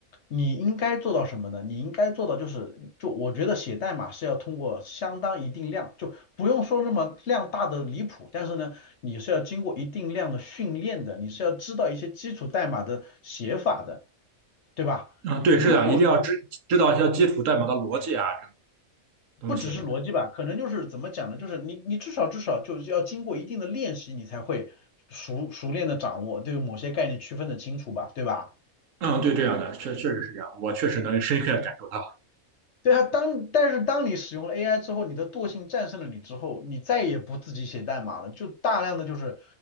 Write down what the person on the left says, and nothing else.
你应该做到什么呢？你应该做到就是，就我觉得写代码是要通过相当一定量，就不用说那么量大的离谱，但是呢，你是要经过一定量的训练的，你是要知道一些基础代码的写法的，对吧？
如果说
不只是逻辑吧，可能就是怎么讲呢？就是你你至少至少就是要经过一定的练习，你才会熟熟练的掌握对某些概念区分的清楚吧，对吧？
对啊，当，但是当你使用了 AI 之后，你的惰性战胜了你之后，你再也不自己写代码了，就大量的就是